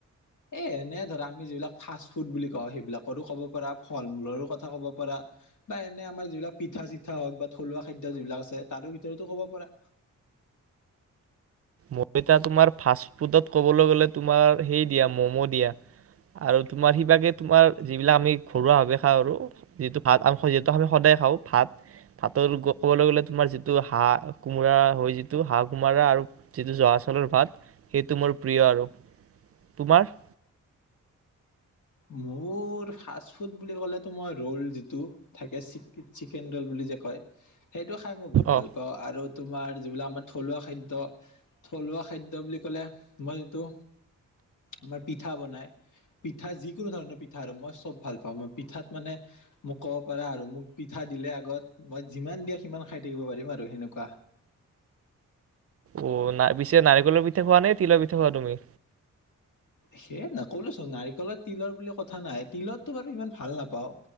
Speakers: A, on the left; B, on the right.
A: এ এনে ধৰা আমি যিবিলাক ফাষ্টফুড বুলি কওঁ সেইবিলাকৰো কব পাৰা, ফল মূলৰো কথা কব পাৰা। বা এনে আমাৰ যিবিলাক পিঠা-চিঠা হওক বা থলুৱা খাদ্য যিবিলাক আছে তাৰো ভিতৰতো কব পাৰা।
B: ম তোমাৰ ফাষ্ট ফুডত ক'বলৈ গ'লে তোমাৰ সেই দিয়া ম'ম' দিয়া। আৰু তোমাৰ সিবাগে তোমাৰ যিবিলাক আমি ঘৰুৱাভাৱে খাওঁ আৰু যিটো ভাত যি আমি সদায় খাওঁ ভাত ভাতৰ ক'বলৈ গ'লে তোমাৰ যিটো হাঁহ, কোমোৰা হয় যিটো হাঁহ কোমোৰা আৰু যিটো জহা চাউলৰ ভাত সেইটো মোৰ প্ৰিয় আৰু। তোমাৰ?
A: মোৰ ফাষ্ট ফুড বুলি ক'লেতো মই ৰল যিটো থাকে চিকেন ৰ'ল বুলি যে কয় সেইটো খাই মই বহুত
B: অ'
A: ভাল পাওঁ। আৰু তোমাৰ যিবিলাক আমাৰ থলুৱা খাদ্য। থলুৱা খাদ্য বুলি কলে মই যিটো আমাৰ পিঠা বনাই পিঠা যিকোনো ধৰণৰ পিঠা আৰু মই চব ভাল পাওঁ মই পিঠাত মানে মোক ক'ব পাৰা আৰু মোক পিঠা দিলে আগত মই যিমান দিয়া সিমান খাই থাকিব পাৰিম আৰু সেনেকুৱা।
B: অ পিছে নাৰিকলৰ পিঠা খোৱা নে তিলৰ পিঠা খোৱা তুমি
A: সেই ন ক'লোচোন নাৰিকলত তিলৰ বুলি কথা নাই তিলতটো বাৰু ইমান ভাল নাপাও